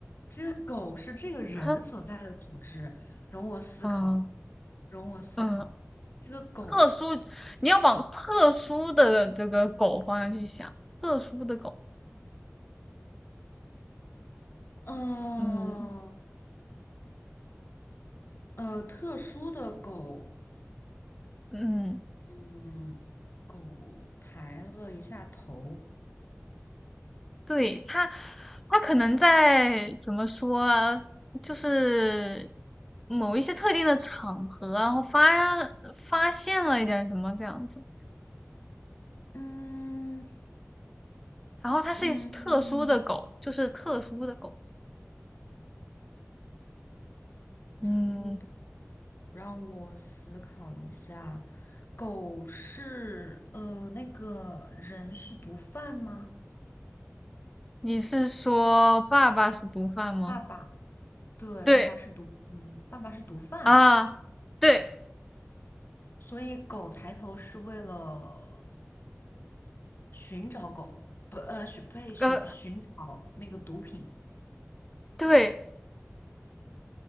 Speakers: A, on the left (about 50°); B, in the centre.
A: 这个狗是这个人所在的组织。
B: <laughs>
A: 容我思考，
B: 嗯
A: 容我思考，
B: 嗯，
A: 这个狗，
B: 特殊，你要往特殊的这个狗方向去想，特殊的狗，
A: 呃
B: 嗯
A: 呃，特殊的狗。
B: 嗯，
A: 嗯，狗抬了一下头。
B: 对，它它可能在怎么说啊，就是某一些特定的场合啊，然后发发现了一点什么这样子，
A: 嗯
B: 然后它是一只特殊的狗，
A: 嗯，
B: 就是特殊的狗，嗯。
A: 书的狗，让我思考一下，狗是呃，那个人是毒贩吗？
B: 你是说爸爸是毒贩吗？
A: 爸爸，对，
B: 对
A: 爸爸是毒贩吗？爸爸是毒贩，
B: 啊，对，
A: 所以狗抬头是为了寻找狗，不，呃，寻呸，寻寻找那个毒品。
B: 呃，对，